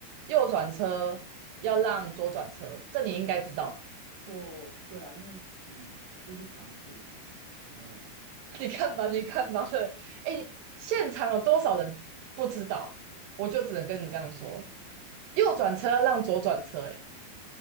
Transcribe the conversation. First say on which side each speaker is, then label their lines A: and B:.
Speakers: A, on the right (about 80°); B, on the right (about 40°).
A: 右转车要让左转车，这你应该知道吧。
B: 或对啊，因为嗯，这是尝试啦，嗯，
A: <laughs> 你看吧，你看吧，对，哎，现场有多少人不知道？我就只能跟你这样说，右转车要让左转车、欸哎，